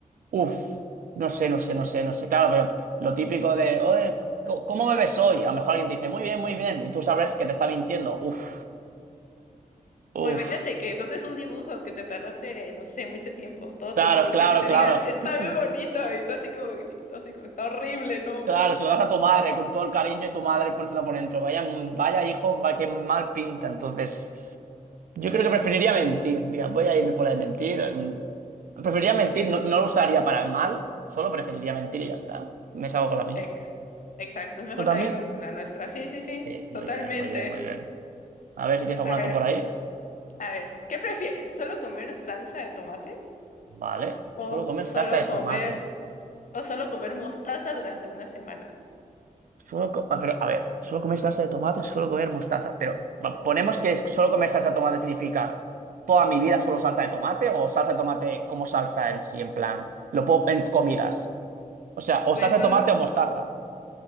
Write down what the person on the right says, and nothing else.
uff, no sé, no sé,
no sé, no sé. Claro, pero lo típico de, oye, co- ¿cómo bebes hoy? A lo mejor alguien te dice, muy bien, muy bien, y tú sabes que te está mintiendo. Uff, uff,
claro,
claro,
claro.
<laughs>
Claro, se lo das a tu madre con todo el cariño y tu madre poniéndolo por dentro. Vaya, vaya hijo, va que mal pinta. Entonces, yo
creo que preferiría
mentir. Mira, voy a irme por la de mentir. Mm, Preferiría mentir,
no,
no lo usaría para el mal, solo preferiría mentir y ya está. Me salgo con la mía.
¿Tú también?
Sí, muy
bien, muy bien, muy bien. A ver si tienes alguna
tú por ahí.
Vale,
solo comer
salsa de
tomate.
Solo co- ah, pero, a ver, solo comer salsa de tomate, solo comer mostaza. Pero va, ponemos que es- solo comer salsa de tomate significa toda mi vida solo salsa de tomate o salsa de tomate como salsa en sí, en plan, lo puedo en comidas. O sea, o
salsa
de tomate o mostaza.